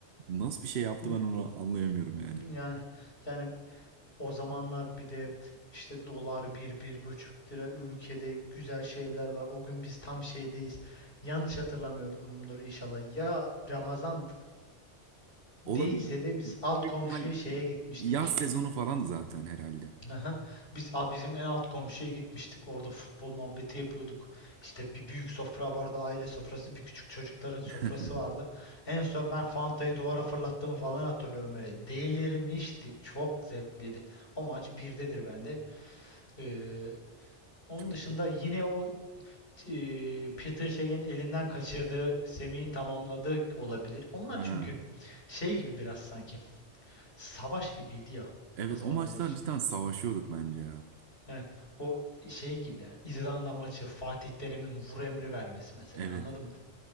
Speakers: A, on the right (about 65°); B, on the left (about 50°).
A: nasıl bir şey yaptı
B: Ee,
A: ben onu anlayamıyorum yani.
B: Yani yani O zamanlar bir de işte dolar bir bir buçuk lira ülkede güzel şeyler var. O gün biz tam şeydeyiz. Yanlış hatırlamıyorumdur inşallah. Ya Ramazan değilse
A: Olabilir.
B: de biz alt
A: Büyük
B: komşuya
A: ihtimal
B: şeye gitmiştik.
A: yaz sezonu falan zaten herhalde.
B: Aha. Biz a, bizim en alt komşuya gitmiştik. Orada futbol muhabbeti yapıyorduk. İşte bir büyük sofra vardı, aile sofrası, bir küçük çocukların sofrası
A: <laughs>
B: vardı. En son ben Fanta'yı duvara fırlattığımı falan hatırlıyorum böyle. Delirmiştik. Çok zevkliydi. O maç birdedir bende. Ee, Onun
A: Çok
B: dışında
A: iyi.
B: yine o e, Peter Shelley'in elinden kaçırdığı, Semih'in tamamladığı olabilir. Onlar
A: Ha.
B: çünkü şey gibi biraz sanki. Savaş gibiydi ya
A: Evet
B: o zaman
A: o maçlar
B: benim için.
A: cidden savaşıyorduk bence ya.
B: Yani o şey gibi yani İzlanda maçı Fatih Terim'in vur emri vermesi mesela
A: Evet.
B: anladım.